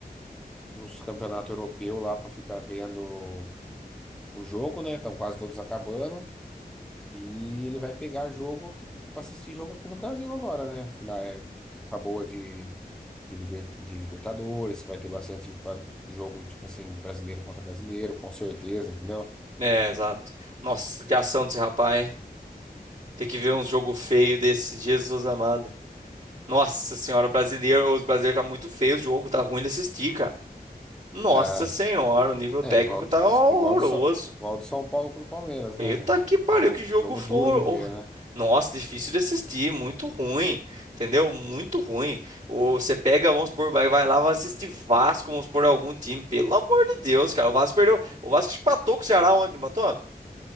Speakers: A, in the centre; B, on the right (about 50°).
A: dos campeonatos europeus lá para ficar vendo o jogo, né? Estão quase todos acabando. E ele vai pegar jogo que para assistir jogo aqui no Brasil agora, né? Afinal, é época boa de, de, liber- de Libertadores, que vai ter bastante pa- jogo, tipo assim, brasileiro contra brasileiro, com certeza, entendeu?
B: É, exato. Nossa, de ação desse rapaz, hein? Tem que ver um jogo feio desse, Jesus amado. Nossa senhora, o brasileiro, os brasileiros tá muito feio o jogo, tá ruim de assistir, cara. Nossa
A: É,
B: senhora, o nível técnico
A: é igual
B: tá
A: do,
B: horroroso.
A: igual do, São- igual do São Paulo com o do Palmeiras,
B: Eita
A: né?
B: que pariu,
A: Jogo,
B: que jogo
A: jogo
B: for.
A: duro de ver,
B: hor-
A: né?
B: Nossa, difícil de assistir, muito ruim, entendeu? Muito ruim. Ou você pega, vamos supor, vai, vai lá, vai assistir Vasco, vamos supor, algum time. Pelo amor de Deus, cara, o Vasco perdeu. O Vasco empatou com o Ceará ontem, não empatou? Acho